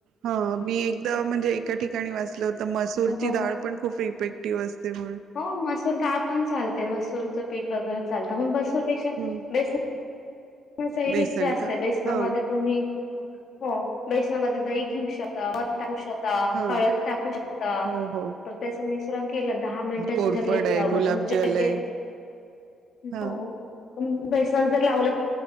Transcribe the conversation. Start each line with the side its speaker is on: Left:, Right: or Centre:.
Right: हा मी एकदा म्हणजे एका ठिकाणी वाचलं होत. तर मसूरची
Left: हो हो
Right: दाळ पण खूप इफेक्टिव्ह असते, मग
Left: हो, मसूर दाळ पण चालते मसूरचं पीठ वगैरे चालतं, पण मसुर पेक्षा
Right: हम्म
Left: बेस बेसनाचा इफेक्ट
Right: बेसन
Left: जास्त
Right: का
Left: आहे, बेसनामध्ये
Right: हा
Left: तुम्ही हो बेस दही घेऊ शकता मध टाकू शकता
Right: हा
Left: हळद टाकू शकता
Right: हो हो
Left: त्याचं मिश्रण केलं दहा मिनिट
Right: कोरफड
Left: जर लेप
Right: आहे
Left: लावलं
Right: गुलाबजल
Left: तुमच्या चेहऱ्या
Right: आहे हा
Left: बेसन जर लावलं